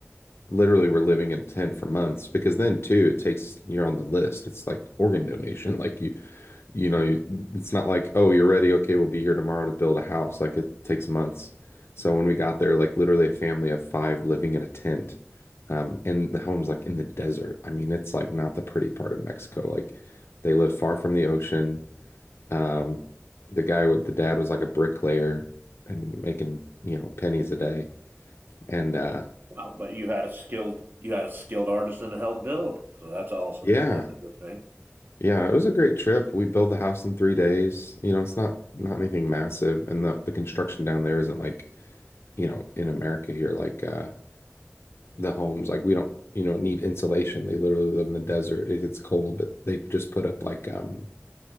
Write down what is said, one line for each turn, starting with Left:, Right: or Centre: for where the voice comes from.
Left: literally were living in a tent for months because then too it takes you're on the list. It's like organ donation. Like you you know you, it's not like oh you're ready okay we'll be here tomorrow to build a house. Like it takes months. So when we got there, like literally a family of five living in a tent. Um, and the home's like in the desert. I mean, it's like not the pretty part of Mexico. Like they live far from the ocean um, the guy with the dad was like a bricklayer and making, you know, pennies a day. And uh
Right: Well, but you had a skilled you had a skilled artisan to help build, so that's also
Left: yeah,
Right: that's a good thing.
Left: yeah, it was a great trip. We built the house in three days. You know, it's not not anything massive. And the the construction down there isn't like, you know, in America here, like uh the homes, like we don't, you know, need insulation. They literally live in the desert. It gets cold, but they just put up like um